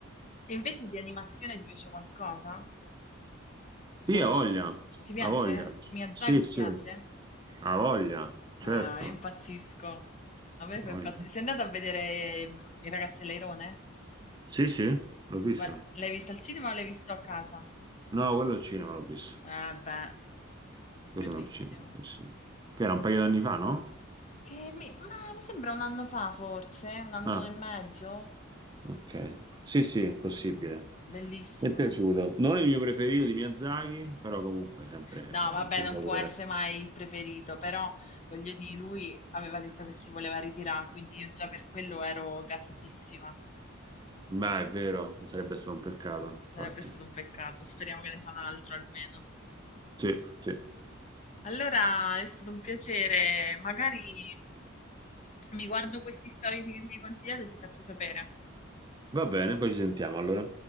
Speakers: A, on the left (about 35°); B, on the right (about 20°).
A: E invece di animazione ti piace qualcosa?
B: Sì,
A: O
B: ha voglia,
A: non... Ti piace?
B: ha voglia.
A: Miyazaki
B: Sì,
A: ti
B: sì,
A: piace?
B: ha voglia, certo.
A: Ah, io impazzisco. A me
B: Ha
A: fa
B: voglia.
A: impazzire. Sei andata a vedere mm, i ragazzi all'Airone?
B: Sì, sì, l'ho visto.
A: Guarda, L'hai visto al cinema o l'hai visto a casa?
B: No, quello al cinema l'ho visto.
A: Eh beh,
B: Quello
A: bellissimo.
B: al cinema, sì, sì. Che era un paio d'anni fa, no?
A: Che mi, ma mi sembra un anno fa forse, un anno
B: Ah,
A: e mezzo.
B: ok. Sì, sì, è possibile.
A: Mm. Bellissimo.
B: Mi è piaciuto. Non il mio preferito di Miyazaki, però comunque sempre
A: No,
B: un
A: vabbè,
B: film
A: non
B: d'autore.
A: può essere mai il preferito, però voglio dire, lui aveva detto che si voleva ritirare, quindi io già per quello ero gasatissima.
B: Ma è vero, sarebbe stato un peccato, infatti.
A: Sarebbe stato un peccato. Speriamo che ne fa un altro almeno.
B: Sì, sì.
A: Allora è stato un piacere. Magari mi guardo questi storici che mi hai consigliato e ti faccio sapere.
B: Va bene, poi ci sentiamo allora.